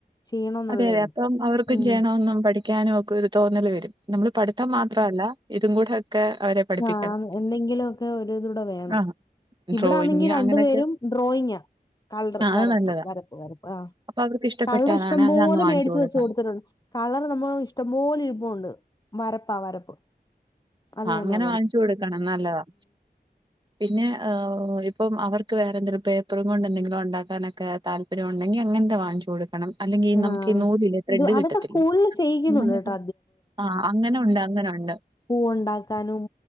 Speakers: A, on the left; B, on the right.
A: ചെയ്യണോന്നുള്ളേ
B: അതെ അതെ അപ്പൊ അവർക്കും
A: ഉം
B: ചെയ്യണോന്നും പഠി ക്കാന് ഒക്കെ ഒരു തോന്നല് വരും നമ്മള് പഠിത്തം മാത്രമല്ല ഇതും കൂടെ ഒക്കെ അവരെ പഠിപ്പിക്കണം.
A: ആ എന്തെങ്കിലും ഒക്കെ ഒരുതൂടെ വേണം
B: ആഹ്.
A: ഇവിടൊന്നെങ്കി
B: ഡ്രോയിങ്
A: രണ്ടു
B: അങ്ങനെയൊക്കെ
A: പേരും ഡ്രോയിങ് ആ കളർ
B: ആ അത്
A: വരപ്പ്
B: നല്ലതാ.
A: വരപ്പ് വരപ്പ് ആ
B: അപ്പൊ അവർക്ക് ഇഷ്ടപ്പെട്ടതാണെ
A: കളർ ഇഷ്ടംപോലെ
B: അതങ്ങ് വാങ്ങിച്ചു
A: മേടിച്ചു
B: കൊടുക്കണം.
A: വെച്ച് കൊടുത്തിട്ടുണ്ട് കളർ നമ്മൾ ഇഷ്ടംപോലെ ഇരുപ്പോണ്ട് വരപ്പാ വരപ്പ് അത്
B: ആ,
A: തന്നെ
B: അങ്ങനെ വാങ്ങിച്ചു കൊടുക്കണം നല്ലതാ പിന്നെ ഇപ് ഇപ്പം അവർക്ക് വേറെന്തങ്കിലും പേപ്പറും കൊണ്ട്എന്തെങ്കിലും ഒണ്ടാക്കാനൊക്കെ താല്പര്യം ഒണ്ടെങ്കി അങ്ങനത്തെ വാങ്ങിച്ച് കൊട് ക്കണം അല്ലെങ്കി
A: ആഹ്
B: നമ്മുക്കി നൂൽ ഇല്ലേ ത്രെഡ്
A: ഇത് അതൊക്കെ
B: കിട്ടത്തില്ലേ
A: സ്കൂളിൽ ചെയ്യിക്കുന്നുണ്ട്
B: അങ്ങനെ
A: കേട്ടോ
B: ഒക്കെ അ അങ്ങനെ ഒണ്ടാ അങ്ങനൊണ്ട്
A: പൂവ് ഉണ്ടാക്കാനും